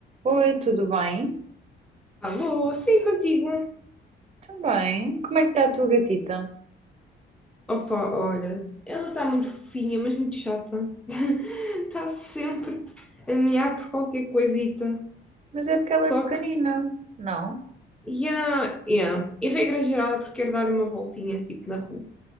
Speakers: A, on the right (about 35°); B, in the centre.
A: Oi, tudo bem?
B: Alô, sim, contigo.
A: Também. Como é que está a tua gatita?
B: Opa, olha, ela está muito fofinha, mas muito chata. <laughs> Está sempre a mear por qualquer coisita.
A: Mas é porque ela
B: Só
A: é pequenina.
B: que,
A: Não?
B: yeah, yeah. E regra geral é porque quer dar uma voltinha, tipo, na rua.